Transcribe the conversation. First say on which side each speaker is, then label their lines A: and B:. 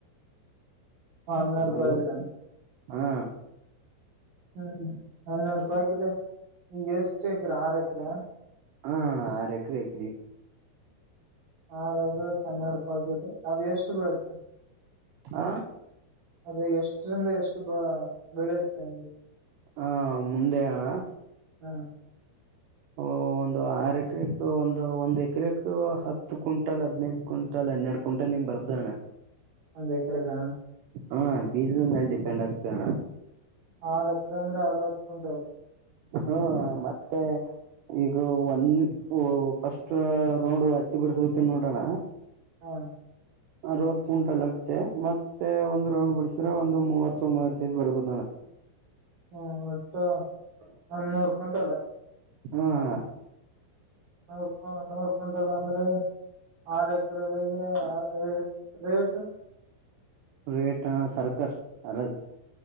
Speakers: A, on the right; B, on the right.
A: ಹನ್ನೆರಡು ರೂಪಾಯಿಗಟ
B: ಹಲೋ ಹಾ
A: ಹ್ಮ್ ಹನ್ನೆರಡು ರೂಪಾಯಿಗಟ ಈಸ್ಟು ಎಕರೆ ಆರು ಎಕರೆ ನಾ
B: ಹಾ ಆರ ಎಕರಿ ಹಾಕವಿ
A: ಹ ರ ಕನ್ನಡಪ ಹಕಿಟ್ಟ ಅದು ಎಷ್ಟು ಬೆಳತ್ತ
B: ಹ
A: ಅದು ಎಷ್ಟರಿಂದ ಎಷ್ಟು ತುಂಬಾ ಬೆಳೆಯುತ್ತೆ ಅಂಗೆ
B: ಹಾ ಮುಂದೆ ಅಣ
A: ಹ್ಮ
B: ಹ ಒಂದು ಆರ್ ಎಕರೆಕ್ ಒಂದು ಒಂದ್ ಎಕರೆಕ್ ಹತ್ತು ಕ್ಂಟಲ್ ಹದ್ನೈದು ಕ್ವಿಂಟಲ್ ಹನ್ನೆರಡು ಕ್ವಿಂಟಲ್ ನಿಂಗ್ ಬರ್ದಣ್ಣ
A: ಒಂದ ಎಕರೆದಾ
B: ಹಾ ಬೀಜದನ್ಲ್ಲಿ ಡಿಪೆಂಡ್ ಆಗ್ತ ಅಣ್ಣ
A: ಆರ್ ಎಕರೆ ಅಂದ್ರೆ ಅರ್ವತ್ ಕುಟಲ್
B: ಹ್ಮ ಮತ್ತೆ ಈಗ ಒಂದ ಫಸ್ಟ್ ರೌಂಡ್ ಹತ್ತಿ ಬಿಡಸ ನೋಡೋಣ
A: ಹಾ ಅಣ
B: ಅರವತ್ ಕುಂಟಲ್ ಆಗ್ತೆ ಮತ್ತೆ ಒಂದ್ ರೌಂಡ್ ಬಿಡಸ್ರ ಒಂದು ಮೂವತ್ತು ಮೂವತ್ತೈದ್ ಬರ್ಬೋದ ಅಣ್ಣ
A: ಒಟ್ಟ ಒನ್ನೂರು ಕುಂಟಲ್ಲ
B: ಹ್ಮ ಹ
A: ನೂರ್ ನೂರ್ಕೊಂಡಲ್ಲ ಅಂದ್ರೆ ಆರ್ ಎಕರೆ ದಗೆ ರ ರೇಟ್
B: ರೇಟ್ ಅಣ್ಣ ಸರ್ಕಾರ ಅರಾಜ್